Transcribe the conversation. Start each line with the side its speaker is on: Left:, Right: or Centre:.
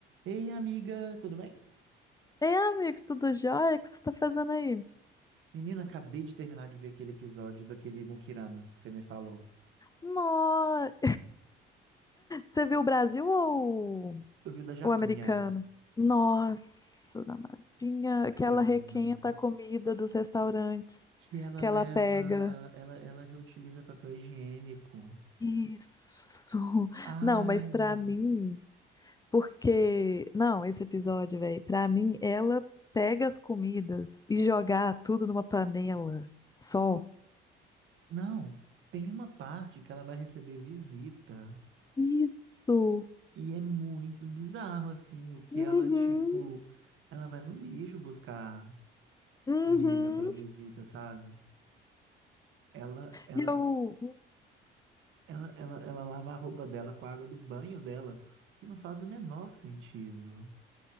Right: Ei, amiga, tudo bem?
Left: Ei, amigo, tudo jóia? O que você tá fazendo aí?
Right: Menina, acabei de terminar de ver aquele episódio daquele Mukiranas que você me falou.
Left: Nossa, você viu o Brasil ou
Right: Eu vi o da Japinha.
Left: o americano? Nossa, na mapinha, que
Right: Eu
Left: ela requenta
Right: vi o da Japinha.
Left: a comida dos restaurantes
Right: Que ela
Left: que
Right: leva.
Left: ela pega.
Right: Ela, ela reutiliza papel higiênico.
Left: Isso.
Right: Ai.
Left: Não, mas pra mim, porque. Não, esse episódio, velho, pra mim, ela pega as comidas e jogar tudo numa panela só.
Right: Não, tem uma parte que ela vai receber visita.
Left: Isso.
Right: E é muito bizarro, assim, o que
Left: Uhum,
Right: ela, tipo. Ela vai no lixo buscar
Left: uhum.
Right: comida pra visita, sabe? Ela, ela,
Left: E eu
Right: Ela, ela, ela lava a roupa dela com a água do banho dela, o que não faz o menor sentido.